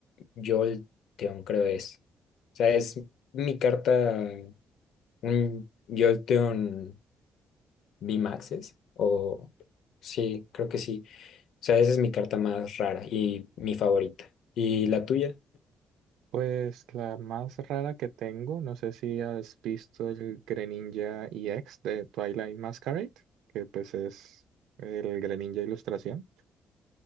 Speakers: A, on the left; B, on the right.
A: Jolteon, creo es. O sea, es mi carta, un Jolteon V-Maxes o sí, creo que sí. sea, esa es mi carta más rara y mi favorita. ¿Y la tuya?
B: Pues la más rara que tengo, no sé si has visto el Greninja EX de Twilight Masquerade, que pues es el Greninja Ilustración.